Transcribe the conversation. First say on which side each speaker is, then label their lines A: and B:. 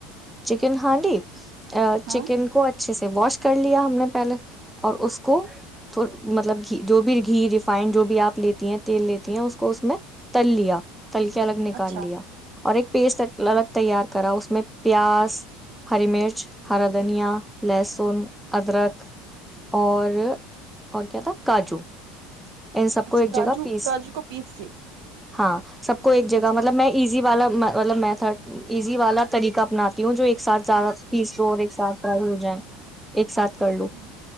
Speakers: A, in the centre; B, on the right (about 70°).
A: چکن ہانڈی
B: ہاں
A: چکن کو اا اچھے سے واش کر لیا ہم نے پہلے اور اس کو تھ مطلب جو بھی گھی ریفائنڈ جو بھی آپ لیتی ہیں تیل لیتی ہیں اس کو اس میں تل لیا پلک الگ نکال
B: اچھا
A: لیا اور ایک پیسٹ الگ تیار کرا اس میں پیاز ہری مرچ ہرا دھنیا لہسن ادرک اور اور کیا تھا کاجو ان سب
B: اچھا
A: کو ایک
B: کاجو
A: جگہ پیس
B: کاجو کو پیس کے
A: ہاں سب کو ایک جگہ
B: اچھا
A: مطلب
B: اچھا
A: میں ایزی والا مطلب میتھڈ ایزی والا طریقہ اپناتی ہوں جو ایک ساتھ زیادہ پیسو اور ایک ساتھ ٹرائی ہو جائے ایک ساتھ کر لو
B: اچھا